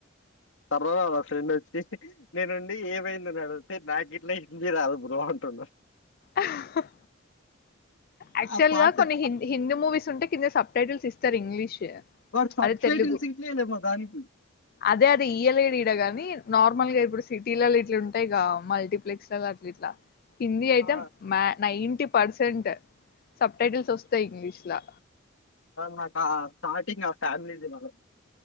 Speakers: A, on the left (about 65°); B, on the left (about 45°).
A: టర్వాలాల ఫ్రెండ్ ఒచ్చి నేనుండి ఏమైంది అని అడిగితే నాక్ గిట్లా హిందీ రాదు బ్రో అంటుండు
B: ఆహ్ హ హ ఆక్చల్
A: ఆ పాట
B: గా కొన్ని హిందీ హిందీ మూవీస్ ఉంటే కింద సబ్ టైటిల్స్ ఇస్తారు ఇంగ్లీష్
A: మరి సబ్
B: అదే
A: టైటిల్స్
B: తెలుగు
A: ఇయ్యలే మనదానికి
B: అదే అది ఇయ్యలేదీడ గాని నార్మల్ గా ఇప్పుడు సిటీలల్ల ఇట్లు ఉంటాయి క మల్టీప్లెక్స్ దీంట్ల హిందీ అయితే
A: ఆ
B: మ్య నైంటీ పర్సెంట్ సబ్ టైటిల్స్ వస్తాయి ఇంగ్లీష్ లా
A: నాకు స్టార్టింగ్ నా ఫ్యామిలీది మనది